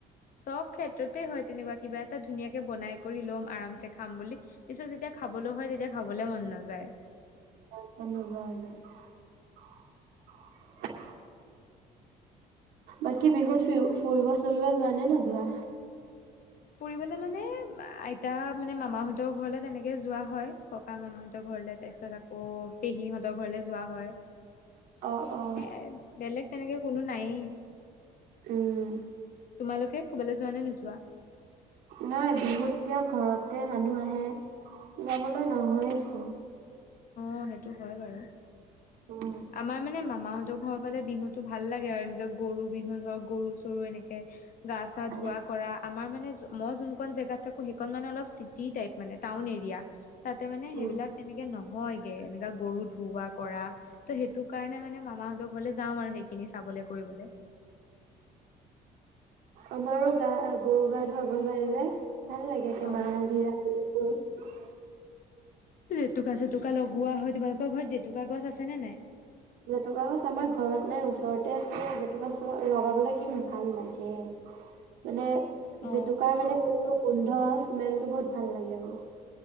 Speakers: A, on the left; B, on the right.
A: চব ক্ষেত্ৰতে হয় তেনেকুৱা কিবা এটা ধুনীয়াকে বনাই কৰি লম। আৰামছে খাম বুলি পিছত যেতিয়া খাবলৈ হয়। তেতিয়া খাবলে মন নাযায়
B: কাম চাম নোহোৱা হৈ যায় বাকী বিহুত ফুৰিব চুৰিব যোৱা নে নোযোৱা?
A: ফুৰিবলে মানে আইতা মানে মামাহঁতৰ ঘৰলে তেনেকে যোৱা হয় ক। ককা মামা হঁতৰ ঘৰলে তাৰপিছত- আকৌ পেহীহঁতৰ ঘৰলে যোৱা হয়।
B: অ', অ'।
A: সে বেলেগ তেনেকে কোনো নাইয়ে।
B: উম।
A: তোমালোকে কবালে যোৱা নে নোযোৱা।
B: নাই বিহুত এতিয়া ঘৰতে মানুহ আহে যাবলৈ নহয়চোন।
A: অ সেইটো হয় বাৰু।
B: উম,
A: আমাৰ মানে মামা মামাহঁতৰ ঘৰৰ ফালে বিহুতো ভাল লাগে আৰু এনেকে গৰু বিহু ধৰ গৰু চৰু এনেকে গা চা
B: অ',
A: ধোৱা কৰা আমাৰ মানে মই যোনখনন জেগাত থাকোঁ সেইখনন মানে অলপ চিটি টাইপ মানে টাউন এৰিয়া তাতে মানে সেইবিলাক
B: উম।
A: তেনেকে নহ। হয় গে এনেকা গৰু ধুওৱা কৰা ত সেইটো কাৰণে মানে মামাহঁতৰ ঘৰলে যাওঁ আৰু সেইখিনি চাবলে কৰিবলৈ।
B: আমাৰো গা গৰু গা ধুৱাব লাগে যে। ভাল লাগে
A: অ
B: মাহ হালধিৰা। <unintelligible>
A: জেতুকা চেতুকা লগোৱা হয়। তোমালোকৰ ঘৰত জেতুকা গছ আছে নে নাই।
B: জেতুকা গছ আমাৰ ঘৰত নাই। ওচৰতে আছে জেতুকা লগাবলৈ কি ভাল লাগে মানে।
A: অ
B: জেতুকাৰ মানে সেইটো গোন্ধ। স্মেল টো বহুত ভাল লাগে আৰু।